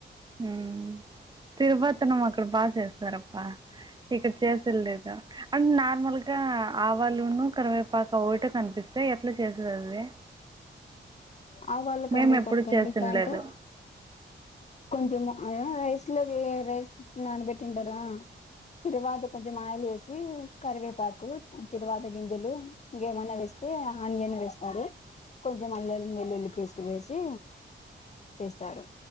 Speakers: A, on the right; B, on the left.
A: ఉ తిరుపతనం అక్కడ బాగా చేస్తారప్పా ఇక్కడ చేసేడు లేదు అం నార్మల్ గా ఆవాలును కరివేపాకు అవి ఓటే కనిపిస్ ఎట్లా చేసేది అది
B: ఆవాలు కరివేపాకు
A: మేము ఎప్పుడు
B: <unintelligible>
A: చేసిండలేదు
B: పంటే కొంచెం రైస్ లో రైస్ నానబెట్టింటారా తిరువాత కొం కొంచెం ఆయిల్ వేసి కరివేపాకు తిరువాత గింజలు ఇంగేమన్న ఆనియన్ వేస్తారు కొంచెం అల్లం వెల్లుల్లి పేస్ట్ వేసి చేస్తారు